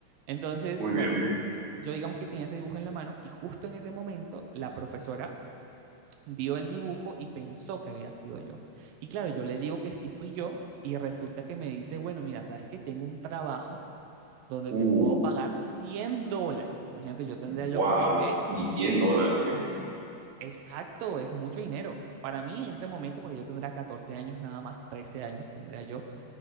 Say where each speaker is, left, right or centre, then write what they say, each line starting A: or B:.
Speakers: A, on the right; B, on the right.
A: Entonces,
B: Muy
A: bueno,
B: bien.
A: yo digamos que tenía ese dibujo en la mano y justo en ese momento la profesora vio el dibujo y pensó que había sido yo. Y claro, yo le digo que sí fui yo y resulta que me dice, bueno, mira, sabes que tengo un trabajo donde
B: Uh,
A: te puedo pagar 100 dólares. Imagínate, yo tendría
B: Wow,
A: yo como que,
B: 100 dólares, ¿eh?
A: exacto, es mucho dinero. Para mí en ese momento, porque yo tendría 14 años nada más, 13 años tendría yo.